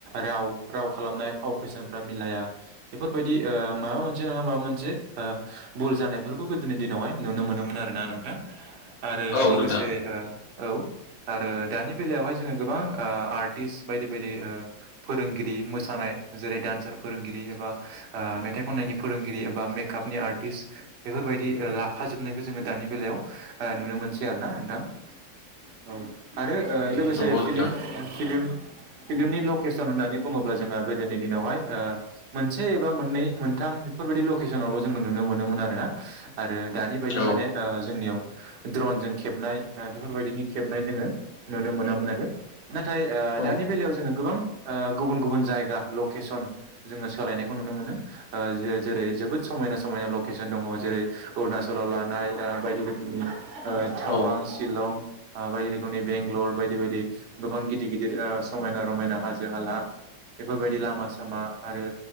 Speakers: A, on the right (about 85°); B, on the left (about 70°).
A: राव राव खालामनाय। फाव फेसनफ्रा मिलाया बेफोरबायदि ओह माबामोनसे ना माबामोनसे ओह बुल जानायफोरखौ। बेफोरखौ गोदोनि दिनावहाय नुनो मोनोमोन आरोना नोंथां आरो
B: औ
A: लोगोसे
B: नोंथां
A: ओह औ। आरो दानि बेलायावहाय जोङो गोबां ओह आर्टिस्ट बायदि बायदि ओह फोरोंगिरि मोसानाय। जेरै डान्सार फोरोंगिरि एबा ओह मेथाइ खननायनि फोरोंगिरि एबा मेखापनि आर्टिस्ट बेफोर। बेबायदि ओह लाफ जोबनायखो जोङो दानि बेलयाव ओह नुनो मोनसै आरोना नोंथां। औ आरो ओह लोगोसे
B: नंगौ नोंथां
A: फिलिम फिलिम। फिल्मनि लकेसन होननानै बुङोब्ला जोङो गोदोनि दिनावहाय ओह मोनसे एबा मोननै मोनथाम बेफोर। बादि लखेसनआवल नुनो मोनोमोन आरोना आरो दानिबाइदि
B: औ
A: माने ओह जोंनियाव ड्रनजों। जोंखेबनाय ओह बेफोरबायदिनि। खेबनाय जोङो नुनो मोनामोनआरो नाथाय ओह
B: औ
A: दानि बेलायाव जोङो ओह गोबां गुबुन गुबुन। जायगा लखेसन जोङो सोलायनायखौ नुनोमोनो ओह जो जेरै जोबोद समायना समायना लखेसन। दङ जेरै अरुणाचलाव लानाय ओह बायदि रोखोमनि ओह थावां
B: औ
A: शिलं। ओह बायदि रोखोमनि बेंगलर बायदि बायदि गोबां गिदिर गिदिर ओह समायना रमायना हाजो हाला। बेफोरबादि लामा सामा आरो